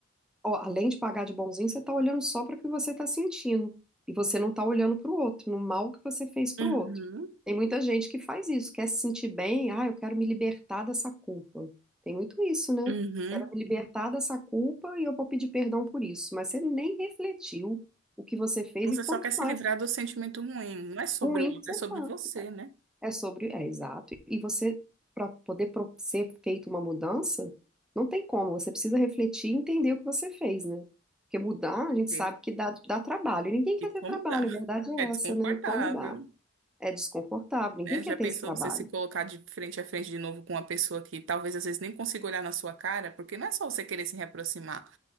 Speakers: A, in the centre; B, on the right.
A: ó, além de pagar de bonzinho, você está olhando só para o que você está sentindo. E você não está olhando para o outro, no mal que você fez para
B: Uhum,
A: o outro. Tem muita gente que faz isso, quer se sentir bem, ah, eu quero me libertar dessa culpa. Tem muito isso, né?
B: uhum.
A: Quero me libertar dessa culpa e eu vou pedir perdão por isso. Mas você nem refletiu o que você fez
B: Você
A: e quanto
B: só quer se
A: mais
B: livrar do sentimento ruim. Não é sobre
A: ruim
B: o outro,
A: que você
B: é sobre
A: tá.
B: você, né?
A: É sobre, é exato. E você, para poder pro- ser feita uma mudança, não tem como, você precisa refletir e entender o que você fez, né? Porque mudar,
B: Certeza.
A: a gente sabe que dá, dá trabalho, e ninguém quer
B: E
A: ter
B: como
A: trabalho,
B: dá?
A: a verdade é
B: É desconfortável,
A: essa, né? E como dá? É desconfortável, ninguém
B: né?
A: quer
B: Já
A: ter
B: pensou
A: esse trabalho.
B: você se colocar de frente a frente de novo com uma pessoa que talvez às vezes nem consiga olhar na sua cara, porque não é só você querer se reaproximar.